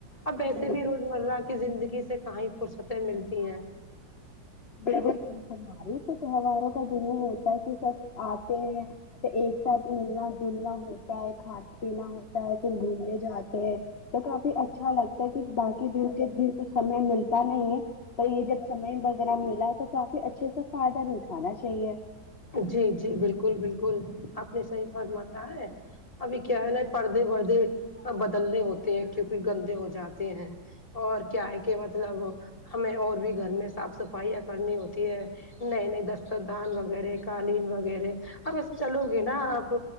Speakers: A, on the left (about 20°); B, on the left (about 35°).
A: اب ویسے
B: بالکل
A: بھی روز روز مرہ کی زندگی سے کہیں فرصتیں ملتی ہیں
B: بالکل صحیح فرما رہی ہے تو تہواروں کا دن ہی ہوتا تاکہ سب آتے ہے کہ ایک ساتھ ملنا جلنا ہو کھانا پینا ہوتا ہے پھر گھومنے جاتے ہیں تو کافی اچھا لگتا ہے کہ باقی دن تو سمے ملتا نہیں ہے تو یہ جب سمے وغیرہ ملا ہے تو کافی اچھے سے فائدہ بھی اٹھانا چاہیے
A: جی جی بالکل بالکل آپ نے صحیح فرمایا ہے ابھی کیا ہے نا پردے وردے سب بدلنے ہوتے ہیں کیونکہ گندے ہو جاتے ہیں اور کیا ہے کہ مطلب ہمیں اور بھی گھر میں صاف صفائیاں کرنی ہوتی ہے نئے نئے دستر خان وغیرہ قالین وغیرہ اب ایس چلو گے نا آپ